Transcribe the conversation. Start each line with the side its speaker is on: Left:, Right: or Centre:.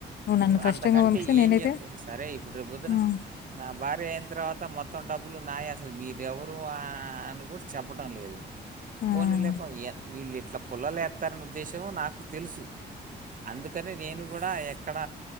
Left: నువ్వు
Right: ఇప్పుడు
Left: నన్ను కష్టంగా
Right: అంతకంటే
Left: పంపిస్తే
Right: ఏం
Left: నేనైతే
Right: చేస్తావు సరే ఇప్పుడు రేపు పొద్దున
Left: "ఉమ్,
Right: నా భార్య అయిన తర్వాత మొత్తం డబ్బులు నా వేస్త అసలు మీరెవరు అని కూడా చెప్పడం లేదు
Left: ఉమ్,
Right: పోనిలేపా ఏంది వీళ్ళేంది అట్లా పుల్లలు ఏస్తారని ఉద్దేశం నాకు తెలుసు అందుకని నేను కూడా అక్కడ